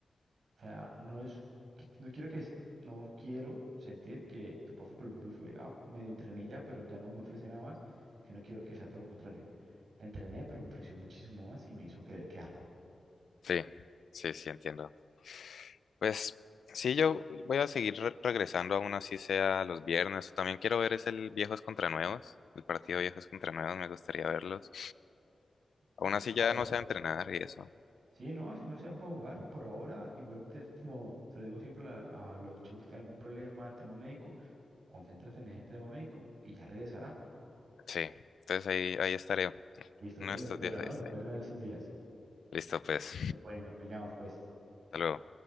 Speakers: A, on the right; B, on the left.
A: O sea, no es, que- no quiero que, s- no quiero sentir que tu paso por el rugby fue, ah, medio entrené ya, pero ya no me ofrece nada más, sino quiero que sea todo lo contrario. Entrené, pero me ofreció muchísimo más y me hizo querer quedarme.
B: Sí, sí, sí, entiendo. Pues sí, yo voy a seguir re- regresando, aún así sea los viernes. También quiero ver es el Viejos contra Nuevos, el partido
A: Sí.
B: Viejos contra Nuevos, me gustaría verlos. Aún
A: No,
B: así ya
A: A ver.
B: no sé entrenar y eso.
A: sí, no, si no sea para jugar, por ahora, igualmente es como, te lo digo siempre a, la- a los chicos que tienen algún problema, tema médico, concéntrate en ese tema médico y ya regresará.
B: Sí, entonces ahí, ahí estaré.
A: Listo, entonces
B: Uno de estos
A: lo espero,
B: días ahí
A: ¿no?
B: estaré.
A: Lo espero en esos días.
B: Listo, pues.
A: Lo pueden, nos pillamos, pues.
B: Hasta luego.